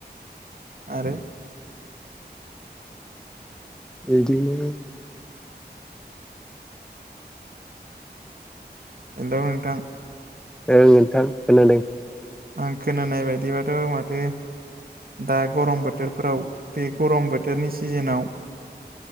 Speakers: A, on the right; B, in the centre.
A: आरो
B: बिदिनो
A: हेलौ नोंथां
B: औ नोंथां खोनादों।
A: आं खोनानाय बायदिबाथ' माथो दा गरम बोथोरफोराव बे गरम बोथोरनि सिजेनाव